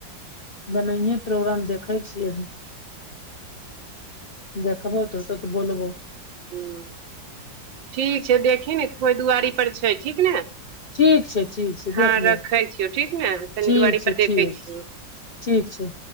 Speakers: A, on the left (about 50°); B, on the right (about 85°).
A: बनाये प्रोग्राम देखै छियै अभी देख बौ त त तऽ बोलबौ
B: हं ठीक छै देखहीं ने कोइ दुआरी पर छै ठीक ने
A: ठीक छै ठीक छै
B: हँ
A: देख
B: रखै
A: ले
B: छियौ ठीक ने तनि
A: ठीक
B: दुआरी
A: छै
B: पर देखे
A: ठीक
B: छियै
A: छै ठीक छै